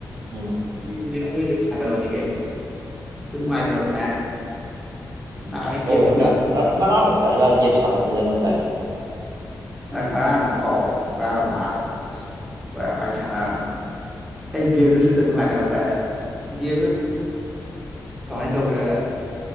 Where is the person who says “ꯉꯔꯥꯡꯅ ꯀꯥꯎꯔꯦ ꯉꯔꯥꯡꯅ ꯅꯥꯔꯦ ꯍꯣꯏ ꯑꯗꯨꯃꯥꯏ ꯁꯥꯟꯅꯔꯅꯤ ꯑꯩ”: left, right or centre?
Centre